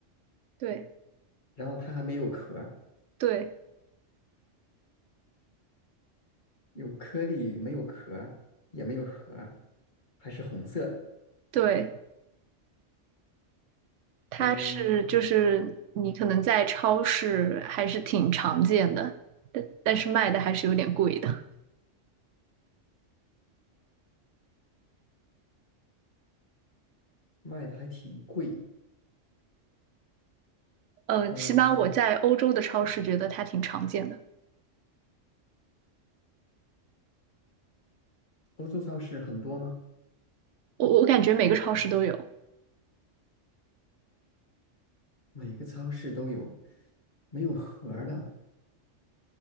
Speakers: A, on the right (about 75°); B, on the left (about 40°).
A: 对，
B: 然后它还没有壳。
A: 对，
B: 有颗粒，没有壳，也没有核，还是红色的。
A: 对。它是就是你可能在超市还是挺常见的，
B: 嗯，
A: 但但是卖的还是有点贵的。
B: 卖的还挺贵。
A: 嗯，
B: 嗯，
A: 起码我在欧洲的超市觉得它挺常见的，
B: 欧洲超市很多吗？
A: 我我感觉每个超市都有。
B: 每个超市都有。没有核儿的